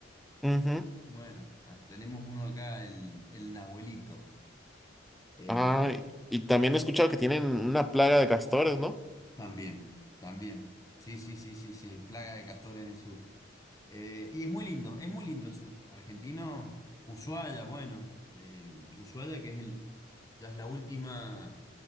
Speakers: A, in the centre; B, on the left.
A: Ujú.
B: bueno, ah, tenemos uno acá, el, el Nahuelito. Eh,
A: Ah, y, y también he escuchado que tienen una plaga de castores, ¿no?
B: también, también. Sí, sí, sí, sí, sí, hay plaga de castor en el sur. Eh, y es muy lindo, es muy lindo el sur. Argentino, Ushuaia, bueno. eh, Ushuaia, que es el, ya es la última,